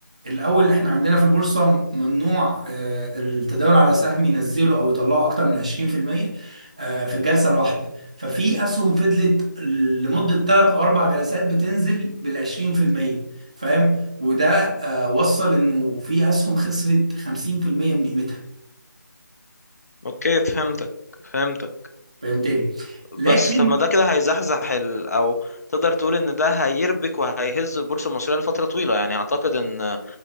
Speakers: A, on the right (about 20°); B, on the left (about 50°).
A: الاول احنا عندنا في البورصه ممنوع آه التداول على سهم ينزله او يطلعه اكتر من 20% آه في الجلسه الواحده ففي اسهم فضلت لمده 3 او 4 جلسات بتنزل بال 20% فاهم وده آه وصل انه في اسهم خسرت 50% من قيمتها
B: أوكي فهمتك فهمتك
A: فهمتني
B: بس
A: لكن
B: طب ما ده كده هيزحزح ال... او تقدر تقول ان ده هيربك وهيهز البورصه المصريه لفتره طويله يعني اعتقد ان